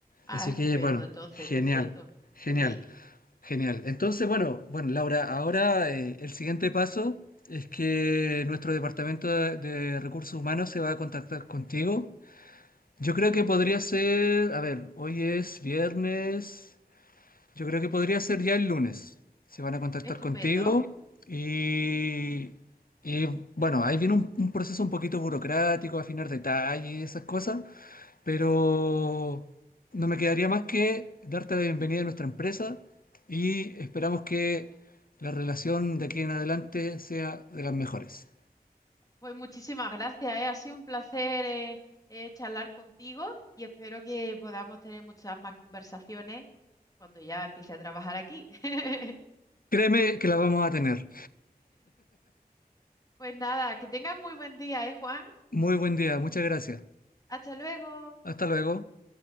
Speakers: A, on the left (about 20°); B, on the left (about 65°).
A: Ah,
B: Así
A: estupendo,
B: que, bueno,
A: entonces,
B: genial,
A: perfecto.
B: genial.
A: Sí,
B: Genial. Entonces, bueno, bueno, Laura, ahora eh, el siguiente paso es que nuestro departamento de, de recursos humanos se va a contactar contigo. Yo creo que podría ser, a ver, hoy es viernes, yo creo que podría ser ya el lunes. Se van a contactar
A: estupendo.
B: contigo y, y bueno, ahí viene un, un proceso un poquito burocrático, afinar detalles y esas cosas, pero no me quedaría más que darte la bienvenida a nuestra empresa y esperamos que la relación de aquí en adelante sea de las mejores.
A: Pues muchísimas gracias, ¿eh? Ha sido un placer eh, eh, charlar contigo y espero que podamos tener muchas más conversaciones cuando ya empiece a trabajar aquí. <laughs>
B: Créeme que la vamos a tener.
A: Pues nada, que tengas muy buen día, ¿eh, Juan?
B: Muy buen día, muchas gracias.
A: Hasta luego.
B: Hasta luego.